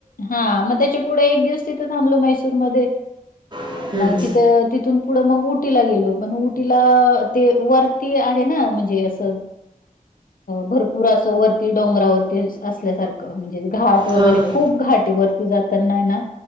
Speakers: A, on the left; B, on the right.
A: ह मग त्याच्या पुढे एक दिवस तिथ थांबल मैसूर म
B: हम्म, हम्म.
A: तिथ पुढ मग उटीला गेलो उटीला ते वरती आहे ना म्हणजे अस भरपूर असं वरती डोंगरावरती असल्यासारख म्हणजे घाट वगैरे
B: हा हा
A: खूप घाटीवररती जाताना ना